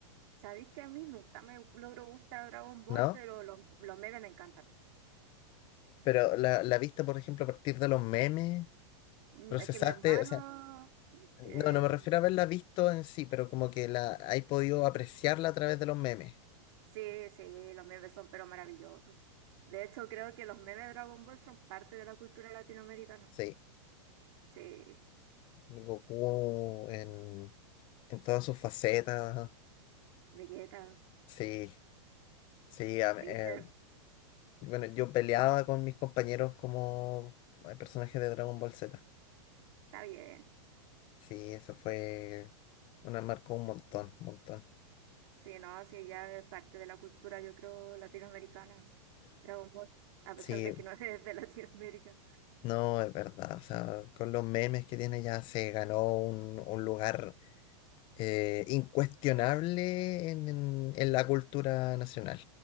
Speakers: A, on the right; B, on the left.
A: Sabéis que a mí nunca me logró gustar Dragon Ball,
B: ¿No?
A: pero los, los memes me encantan.
B: Pero la, la viste, por ejemplo, a partir de los memes,
A: Mm,
B: procesaste,
A: Es que mi hermano,
B: o sea,
A: em,
B: no, no me refiero a haberla visto en sí, pero como que la hay podido apreciarla a través de los memes.
A: sí, sí, los memes son pero maravillosos. De hecho, creo que los memes de Dragon Ball son parte de la cultura latinoamericana.
B: Sí.
A: Sí,
B: Goku en, en todas sus facetas.
A: Vegeta,
B: Sí, sí. a-
A: Freezer,
B: eh, bueno, yo peleaba con mis compañeros como eh, personajes de Dragon Ball Z.
A: está bien.
B: Sí, eso fue una marcó un montón, un montón.
A: Sí, no, sí, ya es parte de la cultura, yo creo, latinoamericana. Dragon Ball, a pesar
B: Sí,
A: de que no <laughs> es de Latinoamérica.
B: no, es verdad. O sea, con los memes que tiene ya se ganó un, un lugar eh, incuestionable en, en en la cultura nacional.